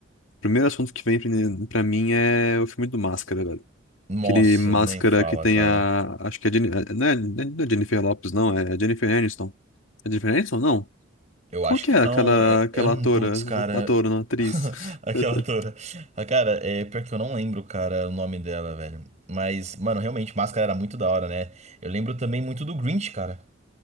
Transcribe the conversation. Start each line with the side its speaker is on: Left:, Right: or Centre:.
Left: o primeiro assunto que vem pra, pra mim é o filme do Máscara, velho.
Right: Nossa,
Left: Aquele Máscara
Right: nem fala,
Left: que tem
Right: cara.
Left: a. Acho que é. Jenni- é- Não é, não é Jennifer Lopes, não, é Jennifer Aniston. É Jennifer Aniston? Não.
Right: Eu acho
Left: Qual que
Right: que
Left: é
Right: não.
Left: aquela,
Right: É,
Left: aquela
Right: é, um-
Left: atora,
Right: putz, cara.
Left: a- atora, não, atriz?
Right: <laughs> Aquela
Left: <laughs>
Right: atora Ah, Cara, é pior que eu não lembro, cara, o nome dela, velho. Mas, mano, realmente, Máscara era muito da hora, né? Eu lembro também muito do Grinch, cara.